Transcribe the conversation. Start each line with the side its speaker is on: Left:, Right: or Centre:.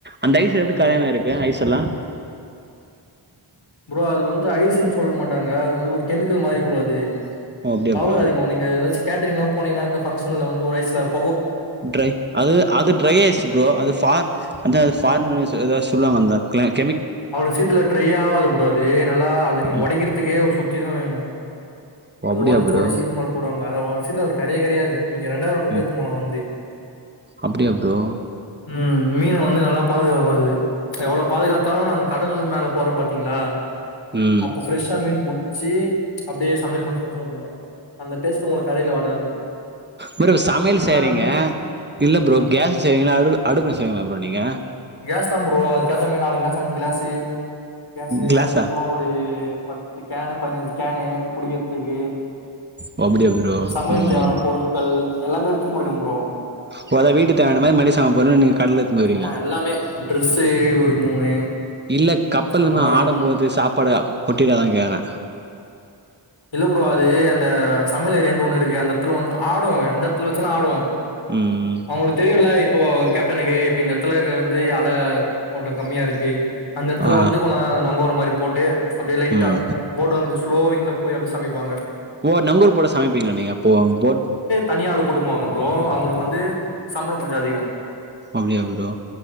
Right: அந்த ஐஸ் எப்டி
Left: ம்
Right: கரையாம இருக்கு ஐஸ் த்தலா
Left: ப்ரோ அது வந்து ஐஸுன் சொல் மாட்டாங்க அது வந்து ஒரு கெமிக்கல் மாரி ப்ரோ அது
Right: ஓ அப்டியா
Left: பவர்
Right: ப்ரோ
Left: அதிகோ நீங்க ஏதாச் கேட்டரிங்லா போனீங்கன்னா அந்த ஃபங்கஷன்ல வந்து ஒரு ஐஸ்ல்லா வெப்
Right: ட்ரை அது அது ட்ரை ஐஸ் ப்ரோ அது ஃபார் அந்த ஃபார்மஸ் ஏதோ சொல்லுவாங்க அந்த க்ளைன்
Left: அவ்ளோ சீக்ரத்தில ட்ரை ஆவாது ப்ரோ அது நல்லா அது நீங்க
Right: ம்
Left: ஒடைக்கிறதுக்கே ஒரு சுத்திதா வேணூ
Right: ஓ
Left: அது
Right: அப்டியா
Left: ஒதச்சு
Right: ப்ரோ
Left: ஒடச்சு இது மேல போடுவாங் அத ஒடச்சு தா அது கரையே கரையாது நீங்க ரெண்டாயிரோ நோட்டு
Right: ம்
Left: எத்துன் போலா வந்து
Right: அப்டியா ப்ரோ
Left: ம் மீன வந்து நல்லா பாதுகாக்கூ அது எவ்ளோ பாதுகாத் தாலூ நாங் கடல் மேல போறோ பாத்தீங்களா
Right: ம்
Left: அப்போ ஃப்ரெஷ்ஷா மீன் புட் ச்சி அப்டியே சமையல் மா செஞ்சி சாப்டுவோ அந்த டேஸ்ட் உங்களுக்கு கடைல வராது
Right: ப்ரோ சமையல்
Left: ஏன்னா
Right: செய்றீங்க
Left: அந்த மீன்
Right: இல்ல ப்ரோ
Left: ம்
Right: கேஸ்ல செய்வீங்களா அடு அடுப்புல செய்வீங்களா ப்ரோ நீங்க
Left: கேஸ் தா தம்பி நாலு கிளாஸ் ஐஞ்சு கிளாஸ்சு கேசு
Right: கிளாஸா
Left: அது அப்றோ ஒரு பத் பத்து கேனு பதினஞ்சு கேனு குடிக்கிறதுக்கு
Right: ஓ அப்டியா ப்ரோ
Left: சமையல்
Right: ம்
Left: தேவான பொருள்கள் எல்லாமே எடுத்துன் போயிடுவோ ப்ரோ
Right: போதான வீட்டு தேவையான மாரி மளிக சாமா பொருள் நீங்க கடல எத்துன்னு போயிர்வீங்க
Left: ஆமா எல்லாமே ட்ரெஸ்ஸு ஒரு மூணு
Right: இல்ல கப்பலுன்
Left: அந்த மாரி
Right: ஆடம்போது
Left: ம்
Right: சாப்பாட் <unintelligible> கொட்டி காமிக்றாங்க
Left: இல்ல ப்ரோ அது அந்த சமையல் ஏரியான்டு ஒன்னு இருக்கு அந்த எட்த்துல வந்து ஆடூ எந்தெட்த்துல வச்சாலூ ஆடூ
Right: ம்
Left: அவங்ளுக்கு தெரியூல்ல ப்போ கேப்டனுக்கு இப்ப எத்துலே து அல ஓட்டோ கம்மியாருக்கு அந்த எட்த்துல
Right: ஆ
Left: வந்து கொ நாங்கோரோ மாரி ரி போட்டு அப்டி லைட்டா
Right: ம்
Left: போட்டோ லூஸ் லோயிங்லப் போய் அப்டி சமிப்பாங்க
Right: ஓ நங்கூர் போட சமைப்பீங்க நீங்க அப்போ போட்
Left: தனியாளு கூட்டு போவாங்க ப்ரோ அவுங்ளுக்கு வந்து சம்ப்ளோ கொஞ்சோ அதிகோ
Right: அப்டியா ப்ரோ